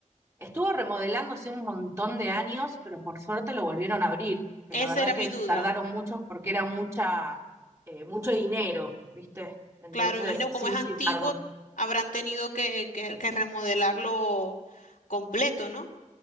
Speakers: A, on the right; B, on the left.
A: Estuvo remodelándose un montón de años, pero por suerte lo volvieron a abrir, que
B: esa
A: la verdad
B: era mi
A: que
B: duda.
A: tardaron mucho porque era mucha, eh, mucho dinero, ¿viste? Entonces,
B: Claro, imagino como
A: sí,
B: es antiguo,
A: sí, tardó.
B: habrán tenido que, que, que remodelarlo completo, ¿no?